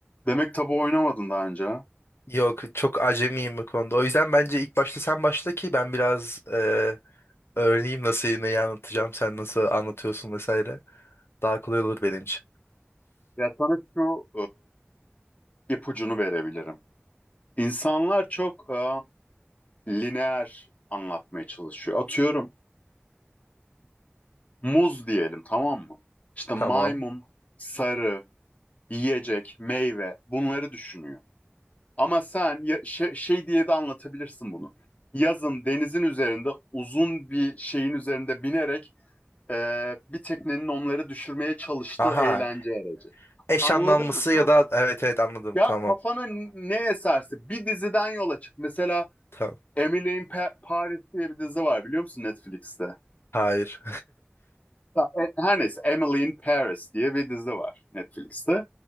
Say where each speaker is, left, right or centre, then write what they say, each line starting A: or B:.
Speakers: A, on the left (about 30°); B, on the left (about 70°).
A: Demek tabu oynamadın daha önce. ha?
B: Yok çok acemiyim bu konuda. O yüzden bence ilk başta sen başla ki ben biraz e, öğreneyim nasıl neyi anlatacağım, sen nasıl anlatıyorsun vesaire. Daha kolay olur benim için.
A: Ya sana şu e, ipucunu verebilirim. İnsanlar çok e, lineer anlatmaya çalışıyor. Atıyorum muz diyelim tamam mı? İşte maymun,
B: Tamam.
A: sarı, yiyecek, meyve bunları düşünüyor. Ama sen ya- şey, şey diye de anlatabilirsin bunu. Yazın denizin üzerinde uzun bir şeyin üzerinde binerek e, bir teknenin onları düşürmeye çalıştığı
B: Aha
A: eğlence aracı.
B: eş
A: Anladın
B: anlamlısı
A: mı?
B: ya da evet evet anladım
A: Ya
B: tamam.
A: kafana ne eserse bir diziden yola çık. Mesela
B: Tamam.
A: Emily in Pa- Paris diye bir dizi var biliyor musun Netflix'te?
B: Hayır.
A: Ha, e- Her neyse Emily in Paris diye bir dizi var Netflix'te.